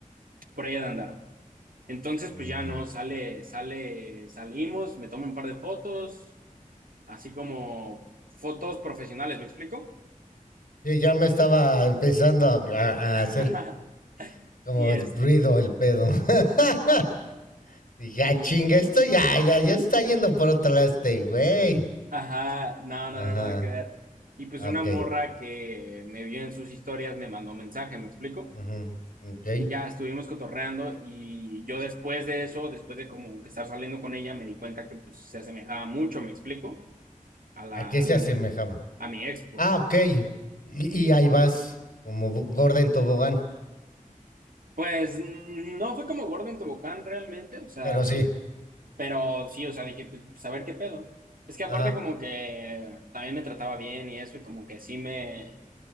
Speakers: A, on the right; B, on the left.
A: por ahí ha de andar. Entonces, pues
B: Ujú.
A: ya no, sale, sale, salimos, me tomo un par de fotos, así como fotos profesionales, ¿me explico?
B: Sí, ya me estaba empezando a, a-
A: <laughs>
B: a hacer como
A: Y es,
B: ruido el pedo. <laughs> Dije,
A: y,
B: ah, chinga, esto ya, ya, ya está yendo por otro lado este güey.
A: Ajá, no, no,
B: Ajá,
A: no, nada que ver. Y pues
B: ah,
A: una
B: ok.
A: morra que me vio en sus historias me mandó mensaje, ¿me explico?
B: ujú, Ok.
A: Y ya estuvimos cotorreando y yo después de eso, después de como que estar saliendo con ella, me di cuenta que pues se asemejaba mucho, ¿me explico? A la,
B: ¿A qué se
A: a la
B: asemejaba?
A: niña, a mi ex, pues.
B: Ah, ok. Y, y ahí vas, como bo- gorda en tobogán.
A: Pues mm, no fue como Gordon en Tobogán realmente, o sea,
B: Pero sí,
A: pero sí, o sea, dije, pues, pues a ver qué pedo. Es que aparte
B: ajá.
A: como que también me trataba bien y eso, y como que sí me,